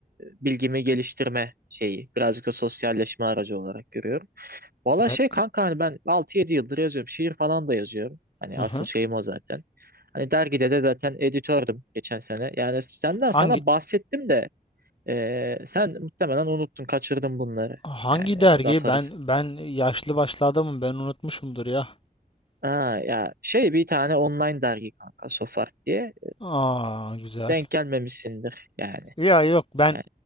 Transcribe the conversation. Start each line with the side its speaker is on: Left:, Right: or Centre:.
Right: bilgimi geliştirme şeyi. Birazcık da sosyalleşme aracı olarak görüyorum. Valla
Left: Ne?
Right: şey kanka hani ben altı yedi yıldır yazıyorum. Şiir falan da yazıyorum. Hani
Left: Hı
Right: asıl
Left: hı.
Right: şeyim o zaten. Hani dergide de zaten editördüm geçen sene. Yani senden sana
Left: Hangi
Right: bahsettim de e, sen muhtemelen unuttun, kaçırdın bunları.
Left: hangi
Right: Yani öyle
Left: dergi
Right: laf arası.
Left: ben ben yaşlı başlı adamım ben unutmuşumdur ya.
Right: Ha, ya şey bir tane online dergi kanka Sofart diye.
Left: Aa güzel.
Right: E, denk gelmemişsindir yani.
Left: Ya yok ben
Right: Yani